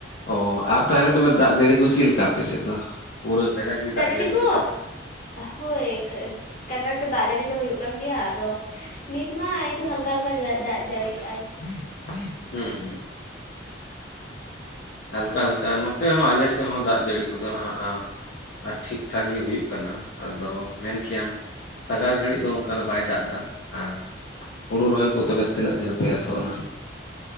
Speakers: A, on the left; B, on the left.
A: ᱚ ᱟᱨ ᱛᱟᱦᱚᱞᱮ ᱛᱚᱵᱮ ᱫᱟᱜ ᱡᱟᱹᱲᱤ ᱠᱩ ᱪᱮᱫ ᱞᱮᱠᱟ ᱟᱯᱮᱥᱮᱫ ᱫᱚ? ᱯᱩᱨᱟᱹ ᱠᱟᱡᱟᱠ ᱜᱮ ᱫᱟᱜ
B: ᱡᱟᱹᱲᱤ
A: ᱡᱟᱹᱲᱤᱜ
B: ᱠᱚ
A: ᱠᱟᱱᱟ ᱾
B: ᱦᱳᱭ ᱠᱟ ᱠᱟᱡᱟᱜ ᱜᱮ ᱫᱟᱜ ᱡᱟᱹᱲᱤ ᱫᱚ ᱦᱩᱭᱩᱜ ᱠᱟᱱ ᱜᱮᱭᱟ ᱟᱫᱚ ᱱᱤᱛ ᱢᱟ ᱮᱭᱛᱚ ᱦᱟᱞᱠᱟ ᱦᱟᱞᱠᱟ ᱫᱟᱜ ᱡᱟᱹᱲᱤᱭᱮᱜ-ᱟᱭ ᱾
A: <inaudible> ᱦᱩᱸ ᱦᱩᱸ ᱦᱟᱞᱠᱟ ᱦᱟᱞᱠᱟ ᱱᱚᱛᱮ ᱦᱚᱸ ᱟᱞᱮ ᱥᱮᱫ ᱦᱚᱸ ᱫᱟᱜ ᱡᱟᱹᱲᱤ ᱠᱚᱫᱚ ᱦᱟᱸᱜ <unintelligible> ᱟᱨ ᱴᱷᱤᱠ ᱴᱷᱟᱠ ᱜᱮ ᱦᱩᱭᱩᱜ ᱠᱟᱱᱟ ᱟᱫᱚ ᱢᱮᱱ ᱠᱮᱭᱟᱢ ᱥᱟᱜᱟᱨ ᱜᱷᱟᱹᱲᱤᱡ ᱫᱚ ᱚᱱᱠᱟ ᱫᱚ ᱵᱟᱭ ᱫᱟᱜ ᱮᱫᱟ ᱟᱨ ᱦᱩᱲᱩ ᱨᱚᱦᱚᱭ ᱠᱚ ᱛᱚᱵᱮ ᱛᱤᱱᱟᱹᱜ ᱡᱷᱟᱹᱞ ᱯᱮ ᱮᱛᱚᱦᱚᱵ ᱮᱱᱟ?